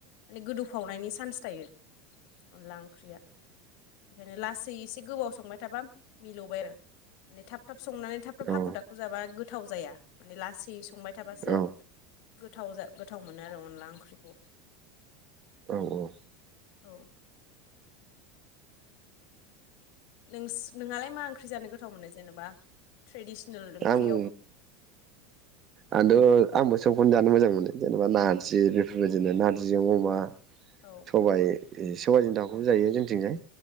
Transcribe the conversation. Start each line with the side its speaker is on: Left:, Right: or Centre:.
Left: माने गोदौफावनायनि चान्स थायो। अनला ओंख्रिया। बेखायनो लासै एसे गोबाव संबाय थाबा मिलौबाय आरो माने थाब थाब संनानै थाब थाब
Right: औ
Left: हाखु दाखु जाबा गोथाव जाया। माने लासै संबाय थाबासो
Right: औ
Left: गोथाव जा गोथाव मोनो आरो अनला ओंख्रिखौ।
Right: औ औ।
Left: औ। नोंस नोंहालाय मा ओंख्रि जानो गोथाव मोनो जेनेबा? ट्रेडिसनेल ओंख्रियाव
Right: आं हो आंथ' आंबो सबखौनो जानो मोजां मोनो जेनेबा नारजि बेफोरबायदिनो नार्जिजों अमा
Left: औ
Right: सबाइ सबाइजों दाउखौबो जायो जोंथिंजाय